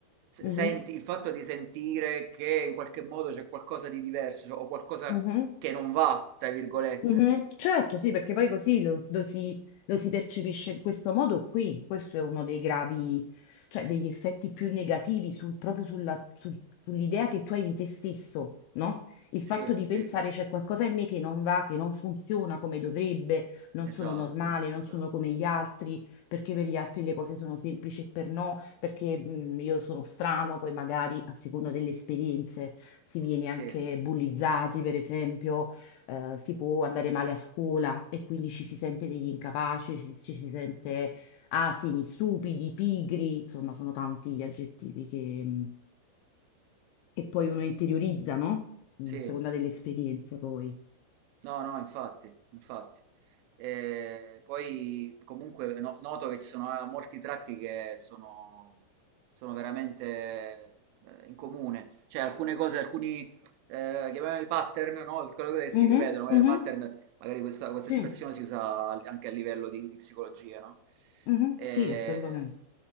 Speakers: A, on the right; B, on the left.
A: Se-
B: mhm,
A: Senti, il fatto di sentire che in qualche modo c'è qualcosa di diverso cioè, o qualcosa
B: mhm.
A: che non va, tra virgolette.
B: Mhm, Certo, sì, perché poi così lo, lo si, lo si percepisce in questo modo qui. Questo è uno dei gravi, cioè degli effetti più negativi sul- proprio sulla- su- sull'idea che tu hai di te stesso, no? Il
A: Sì,
B: fatto di
A: sì,
B: pensare c'è qualcosa in me che non va, che non funziona come dovrebbe, non
A: esatto,
B: sono normale,
A: esatto.
B: non sono come gli altri, perché per gli altri le cose sono semplici e per no, perché mm, io sono strano, poi magari a seconda delle esperienze si viene
A: Sì.
B: anche bullizzati, per esempio eh, si può andare male a scuola e quindi ci si sente degli incapaci, ci, ci si sente asini, stupidi, pigri, insomma, sono tanti gli aggettivi che, che poi uno interiorizza, no?
A: Sì,
B: Mm, A seconda delle esperienze poi.
A: No, no, infatti, infatti. Eh, poi comunque no- noto che ci sono eh, molti tratti che sono, sono veramente eh, in comune, cioè alcune cose, alcuni eh, chiamiamoli pattern, no? Quelle cose che si
B: Mhm,
A: ripetono, magari
B: mhm,
A: pattern, magari questa, questa
B: sì,
A: espressione si usa al- anche a livello di, di psicologia, no?
B: mhm,
A: Eh,
B: sì, assolutamente.